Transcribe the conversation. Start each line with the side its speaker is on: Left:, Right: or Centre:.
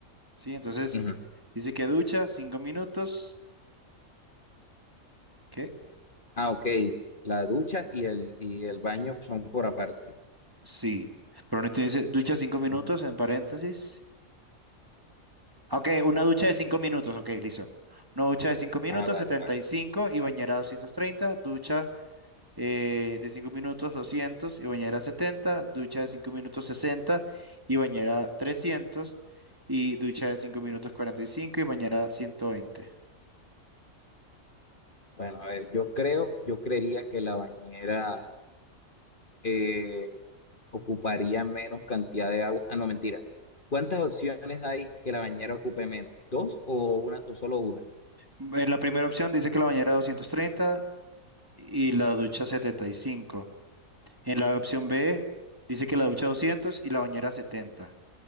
Right: Sí, entonces
Left: Ujú.
Right: dice que ducha cinco minutos. ¿Qué?
Left: Ah, ok. La ducha y el, y el baño son por aparte.
Right: Sí. Pero no te dice ducha cinco minutos
Left: Ujú.
Right: en paréntesis. Ah, Ok, una ducha de cinco minutos. Ok, listo. Una ducha de cinco minutos,
Left: Ah, vale,
Right: setenta
Left: vale.
Right: y cinco y bañera doscientos treinta, Ducha eh, de cinco minutos, doscientos y bañera setenta, Ducha de cinco minutos, 60 y bañera trescientos Y ducha de cinco minutos, cuarenta y cinco y bañera 120.
Left: Bueno, a ver, yo creo, yo creería que la bañera eh, ocuparía menos cantidad de agua. Ah, no, mentira. ¿Cuántas opciones hay que la bañera ocupe menos? ¿Dos o una o solo una?
Right: En la primera opción dice que la bañera 230 y la ducha 75. En la opción B dice que la ducha 200 y la bañera 70.